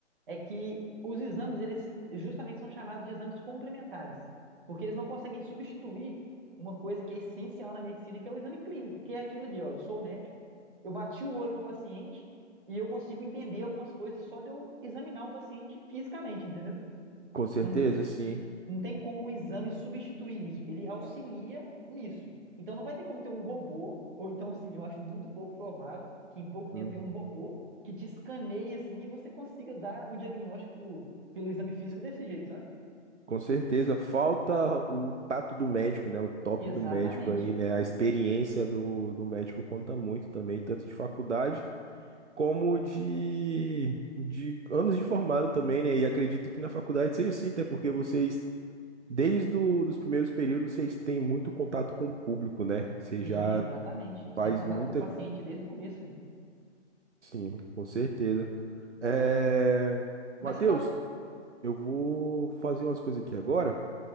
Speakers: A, on the right; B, on the right.
A: é que os exames, eles justamente são chamados de exames complementares, porque eles não conseguem substituir uma coisa que é essencial na medicina, que é o exame clínico, que é aquilo ali, ó, eu sou médico, eu bati o olho no paciente e eu consigo entender algumas coisas só de eu examinar o paciente fisicamente, entendeu?
B: Com certeza,
A: Não,
B: sim.
A: não tem como o exame substituir isso. Ele auxilia nisso. Então não vai ter como ter um robô, ou então assim, eu acho muito pouco provável que em pouco
B: Uhum.
A: tempo tenha um robô que te escaneie assim e você consiga dar um diagnóstico pelo exame físico desse jeito, sabe?
B: Com certeza. Falta o tato do médico, né? O toque
A: Exatamente.
B: do médico aí, né? A experiência do, do médico conta muito também, tanto de faculdade como de, de anos de formado também, né? E acredito que na faculdade seja assim, até porque vocês, desde do, dos primeiros períodos, vocês têm muito contato com o público, né? Você
A: Sim,
B: já
A: exatamente. A gente
B: faz
A: tem contato
B: muita.
A: com o paciente desde o começo, né?
B: Sim, com certeza. É...
A: Mas
B: Matheus.
A: você estava
B: Eu vou fazer umas coisas aqui agora.